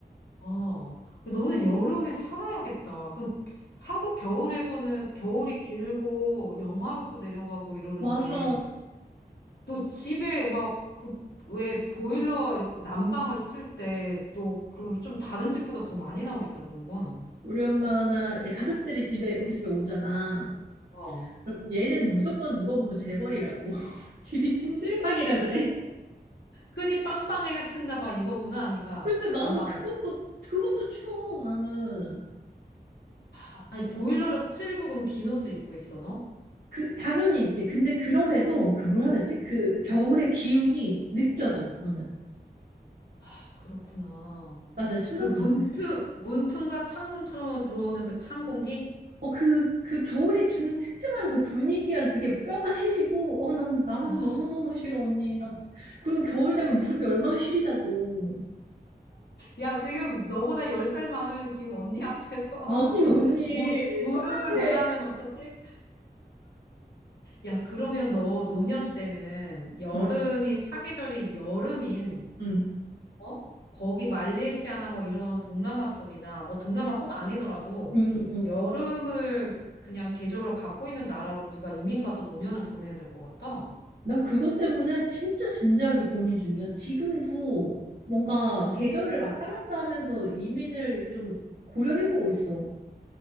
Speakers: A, on the left (about 85°); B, on the right (about 65°).
A: 어 너는 여름에 살아야겠다. 그 한국 겨울에서는 겨울이 길고 영하로도 내려가고 이러는데
B: 맞아.
A: 너 집에 막 그 왜 보일러 이렇게 난방을 틀 때 또 그럼 좀 다른 집보다 더 많이 나오겠다 그런 건.
B: 우리 엄마가 나 이제 가족들이 집에, 우리 집에 오잖아.
A: 어.
B: 그럼 얘는 무조건 누가 보면 재벌이라고. <laughs> 집이 찜질방이라 그래.
A: 흔히 빵빵하게 튼다 막 이거구나, 네가.
B: 근데 나는
A: 난방을.
B: 그것도, 그것도 추워, 나는.
A: 아, 아니, 보일러를 틀고 그럼 긴 옷을 입고 있어, 너?
B: 그 당연히 있지. 근데 그럼에도 그 뭐라 해야 되지? 그 겨울의 기운이 느껴져. 나는.
A: 아, 그렇구나.
B: 나 진짜 심각하지.
A: 그 문틈, 문틈과 창문 틈으로 들어오는 그 찬 공기?
B: 어, 그, 그 겨울이 준 특정한 그 분위기한 그게 뼈가 시리고, 어, 난, 나는
A: 아,
B: 너무너무 싫어, 언니. 난, 그리고 겨울 되면 무릎이 얼마나 시리다고.
A: 야, 지금 너보다 열 살 많은 지금 언니 앞에서
B: 아니,
A: <laughs>
B: 언니,
A: 무, 무릎을
B: 똑같아.
A: 논하면 어떡해? 야, 그러면 너 노년 때는 여름이
B: 응, 응,
A: 사계절이 여름인
B: 응,
A: 어? 거기 말레이시아나 뭐 이런 동남아 쪽이나 뭐 동남아 꼭 아니더라도
B: 응, 응. 응.
A: 여름을 그냥 계절로 갖고 있는 나라로 네가 이민 가서 노년을 보내야 될 것 같다.
B: 나 그것 때문에 진짜 진지하게 고민 중이야. 지금도 뭔가
A: 응.
B: 계절을 왔다 갔다 하면서 이민을 좀 고려해보고 있어.